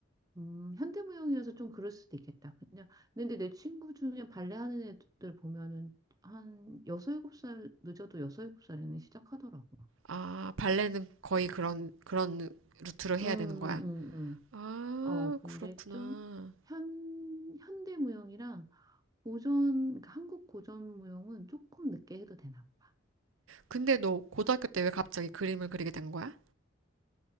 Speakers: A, on the right; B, on the right.
A: 음, 현대 무용이어서 좀 그럴 수도 있겠다. 그냥 근데 내 친구 중에 발레 하는 애들 보면은 한 여섯 일곱 살 늦어도 여섯 일곱 살에는 시작하더라고.
B: 아, 발레는 거의 그런, 그런 루트로 해야
A: 음, 음,
B: 되는 거야.
A: 음.
B: 아,
A: 어, 근데
B: 그렇구나.
A: 좀 현, 현대 무용이랑 고전, 그러니까 한국 고전 무용은 조금 늦게 해도 되나 봐.
B: 근데 너 고등학교 때 왜 갑자기 그림을 그리게 된 거야?